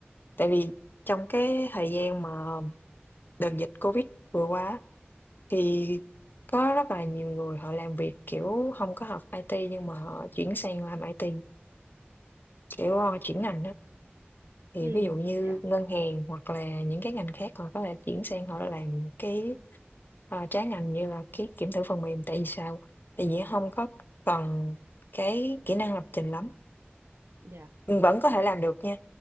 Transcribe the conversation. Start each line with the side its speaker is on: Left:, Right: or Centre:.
Left: tại vì trong cái thời gian mà đợt dịch Covid vừa qua á, thì có rất là nhiều người họ làm việc, kiểu, hông có học IT nhưng mà họ chuyển sang làm IT, kiểu, ơ, chuyển ngành á. Thì
Right: ừ
Left: ví dụ như
Right: dạ
Left: ngân hàng hoặc là những cái ngành khác họ có thể chuyển sang họ làm cái, ờ, trái ngành như là cái kiểm thử phần mềm, tại vì sao? Tại vì hông có cần cái kỹ năng lập trình lắm,
Right: dạ
Left: ừm, vẫn có thể làm được nha.